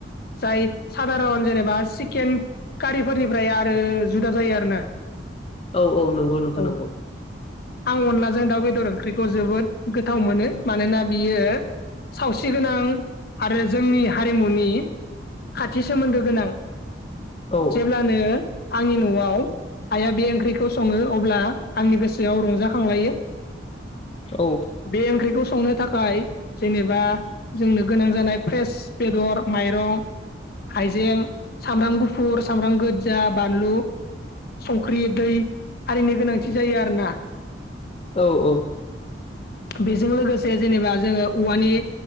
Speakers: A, on the left; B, on the left.
A: जाय सादारन जेनेबा चकेन कारिफोरनिफ्राय आरो जुदा जायो आरोना
B: औ औ नंगौ नोंथां
A: औ
B: नंगौ
A: आं अनलाजों दाउ बेदर ओंख्रिखौ जोबोद गोथाव मोनो मानोना बियो सावस्रि गोनां आरो जोंनि हारिमुनि खाथि सोमोन्दो गोनां
B: औ
A: जेब्लानो आंनि न'आव आइया बे ओंख्रिखौ सङो अब्ला आंनि गोसोआव रंजाखांलायो
B: औ
A: बे ओंख्रिखौ संनो थाखाय जेनेबा जोंनो गोनां जानाय फ्रेस बेदर माइरं हाइजें सामब्राम गुफुर सामब्राम गोजा बानलु संख्रि दै आरिनो गोनांथि जायो आरोना
B: औ औ
A: बेजों लोगोसे जेनेबा जोङो औवानि